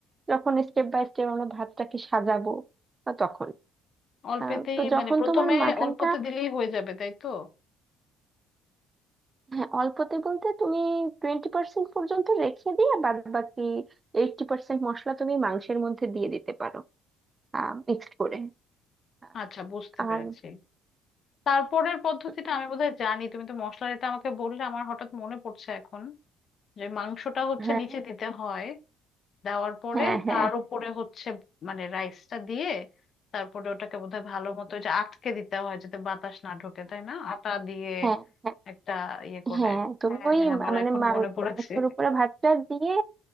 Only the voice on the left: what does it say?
অল্পেতেই
মানে প্রথমে
অল্পতে দিলেই হয়ে যাবে তাই তো
আচ্ছা বুঝতে
পেরেছি তারপরের পদ্ধতিটা
আমি বোধহয় জানি তুমি তো মশলার এটা আমাকে বললে আমার হঠাৎ মনে পড়ছে এখন যে মাংসটা হচ্ছে
নিচে দিতে হয় দেওয়ার পরে
তার
উপরে হচ্ছে মানে রাইসটা দিয়ে তারপরে ওটাকে বোধহয় ভালো মতো ওই যে আটকে দিতে হয় যাতে বাতাস না ঢোকে তাই না আটা দিয়ে
একটা ইয়ে করে
হ্যাঁ
হ্যাঁ আমার
এখন
মনে পড়েছে